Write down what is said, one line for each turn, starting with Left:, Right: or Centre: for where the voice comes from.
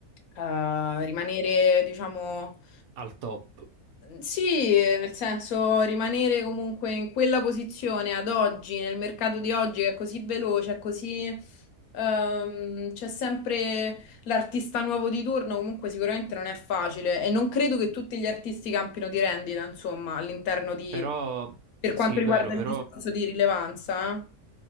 Left: eh, rimanere, diciamo,
Right: Al top.
Left: sì, nel senso rimanere comunque in quella posizione ad oggi, nel mercato di oggi che è così veloce, è così... ehm, c'è sempre l'artista nuovo di turno, comunque sicuramente non è facile e non credo che tutti gli artisti campino di rendita, insomma, all'interno di,
Right: Però,
Left: per
Right: sì,
Left: quanto riguarda
Right: vero, però
Left: il discorso di rilevanza. eh.